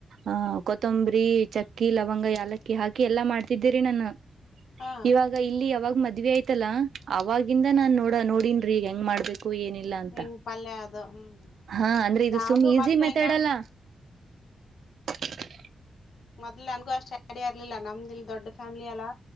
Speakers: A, on the right; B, on the left.
A: ಆ ತೊಂಬ್ರಿ ಚಕ್ಕಿ ಲವಂಗ ಯಾಲಕ್ಕಿ ಹಾಕಿ ಎಲ್ಲಾ ಮಾಡ್ತಿದ್ದೀರಿ ನಾನು
B: ಹಾ
A: ಇವಾಗ ಇಲ್ಲಿ ಯಾವಾಗ ಮದ್ವಿ ಆಯ್ತಲ್ಲಾ ಅವವಾಗಿಾಗಿಂದ ನಾನ್ ನೋಡ ನೋಡನ್ರೀ ಈಗ ಹೆಂಗ್ ಮಾಡ್ಬೇಕು ಏನಿಲ್ಲ ಅಂತ
B: ಹೆಂಗ್ ಪಲ್ಯ ಅದು ಹ್ಮ್
A: ಹಾ ಅಂದ್ರೆ ಇದು
B: ನಾವ್ನು
A: ಸುಮ್ ಈಸಿ
B: ಮೊದ್ಲು
A: ಮೆತಡ್
B: ಹೆಂಗಾಗ್
A: ಅಲ್ಲ ಹ <inaudible>
B: ಮೊದಲ ನನಗು ಅಷ್ಟ ಅಡ ಇಲ್ಲಿಲ್ಲ ನಮ್ದು ಇಲ್ಲಿ ದೊಡ್ಡ ಫ್ಯಾಮಿಲಿ ಅಲ್ಲಾ